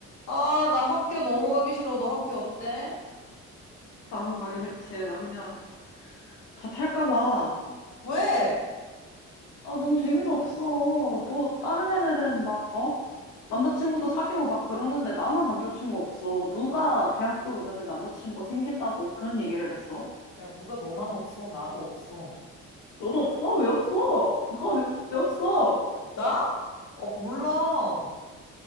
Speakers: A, on the left; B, on the left.
A: 아, 나 학교 너무 가기 싫어. 너 학교 어때?
B: 나도 가기 싫지. 나 그냥 자퇴할까 봐.
A: 왜?
B: 아, 너무 재미도 없어. 뭐, 다른 애들은 막, 어? 남자친구도 사귀고 막 그러는데 나만 남자친구 없어. 누가 대학교 오면은 남자친구 생긴다고 그런 얘기를 했어?
A: 야, 누가 너만 없어? 나도 없어.
B: 너도 없어? 왜 없어? 나가 왜, 왜 없어?
A: 나? 아, 몰라.